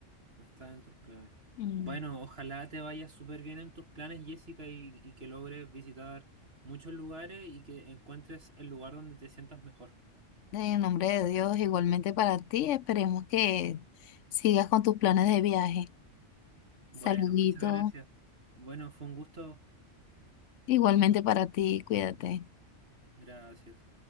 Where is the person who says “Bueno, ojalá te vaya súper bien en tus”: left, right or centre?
Right